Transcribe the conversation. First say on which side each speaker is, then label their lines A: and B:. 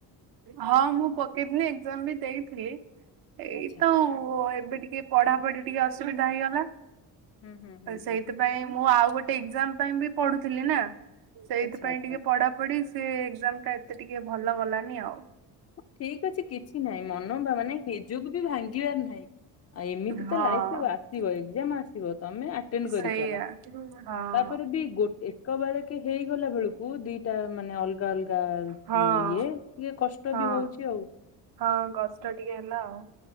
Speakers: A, on the right (about 65°); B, on the left (about 40°).
A: ହଁ, ମୁଁ ପକେଇଥିଲି ଏକ୍ଜାମ ବି ଦେଇଥିଲି। ଏଇ
B: ଆଚ୍ଛା
A: ତଉ ଏବେ ଟିକେ ପଢାପଢି ଟିକେ ଅସୁବିଧା ହେଇଗଲା।
B: ହୁଁ ହୁଁ ହୁଁ
A: ସେଇଥିପାଇଁ
B: ହୁଁ।
A: ମୁଁ ଆଉ ଗୋଟେ ଏକ୍ଜାମ ପାଇଁ ବି ପଢୁଥିଲି ନା। ସେଇଥିପାଇଁ
B: ଆଚ୍ଛା ଆଚ୍ଛା
A: ଟିକେ ପଢାପଢି ସେ ଏକ୍ଜାମ ଟା ଏତେ ଟିକେ ଭଲ ଗଲାନି ଆଉ।
B: ଠିକ ଅଛି କିଛି ନାହିଁ ମନ ବା ମାନେ ନିଜକୁ ବି ଭାଙ୍ଗିବାର ନାହିଁ। ଆ ଏମିତି
A: ହଁ
B: ତ ଲାଇଫ୍ ରେ ଆସିବ ଏକ୍ଜାମ ଆସିବ ତମେ ଆଟେଣ୍ଡ କରିଚାଲ।
A: ସେଇଆ ହଁ।
B: ତାପରେ ବି ଗୋ ଏକ ବେଳକେ ହେଇଗଲା ବେଳକୁ ଦି ଟା ମାନେ ଅଲଗା ଅଲଗା
A: ହଁ
B: ଇଏ ଟିକେ କଷ୍ଟ
A: ହଁ
B: ବି ହଉଚି ଆଉ।
A: ହଁ ଗଷ୍ଟ ଟିକେ ହେଲା ଆଉ।